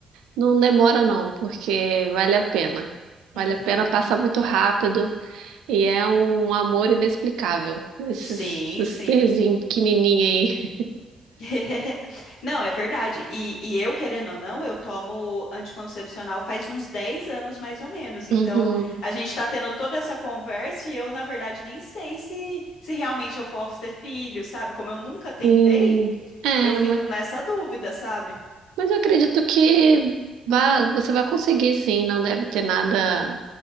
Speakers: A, on the right (about 85°); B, on the left (about 80°).
A: não demora não, porque vale a pena. Vale
B: Uhum.
A: a pena passar muito rápido. E é um amor inexplicável, esse,
B: Sim,
A: esse
B: sim.
A: serzinho pequenininho aí.
B: <laughs> Não, é verdade. E, e eu, querendo ou não, eu tomo anticoncepcional faz uns 10 anos, mais ou menos. Então,
A: Uhum,
B: a gente está tendo toda essa conversa e eu, na verdade, nem sei se, se realmente eu posso ter filho, sabe? Como eu nunca tentei,
A: sim. É,
B: eu fico
A: mas,
B: nessa dúvida, sabe?
A: mas eu acredito que vá, você vai conseguir sim, não deve ter nada